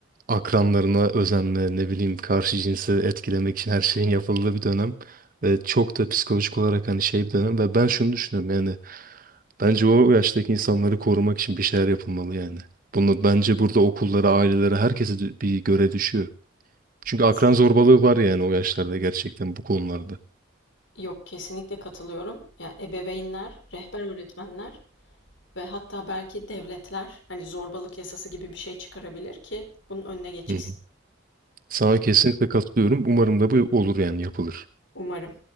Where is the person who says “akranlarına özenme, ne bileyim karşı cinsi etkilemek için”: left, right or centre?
Right